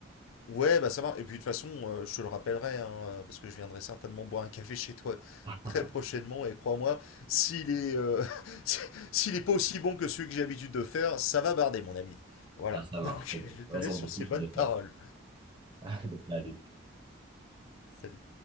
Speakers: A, on the left; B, on the right.
A: Ouais, bah ça marche. Et puis de toute façon, euh, je te le rappellerai, hein, euh, parce que je viendrai certainement boire un café chez toi
B: <laughs>
A: très prochainement. Et crois-moi, s'il est, euh, <laughs> si- s'il est pas aussi bon que celui que j'ai l'habitude de faire, ça va barder, mon ami. Voilà.
B: Ah, ça marche,
A: Donc
B: c'est bon.
A: <laughs> je te
B: raison
A: laisse sur
B: de plus
A: ces bonnes
B: de
A: paroles.
B: le faire. <laughs> Salut.
A: Salut.